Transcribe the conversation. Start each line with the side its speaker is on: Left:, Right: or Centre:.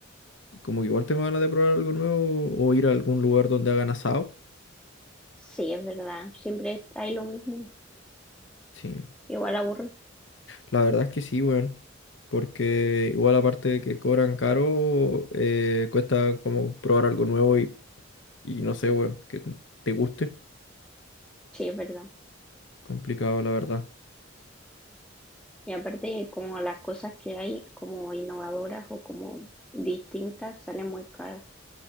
Left: como que igual tengo ganas de probar algo nuevo o ir a algún lugar donde hagan asado.
Centre: sí, es verdad, siempre hay lo mismo,
Left: Sí,
Centre: igual aburre,
Left: la verdad es que sí, weón, porque igual aparte de que cobran caro, eh, cuesta como probar algo nuevo y, y no sé, weón, que te guste.
Centre: sí, es verdad.
Left: Complicado, la verdad.
Centre: Y aparte como las cosas que hay como innovadoras o como distintas salen muy caras.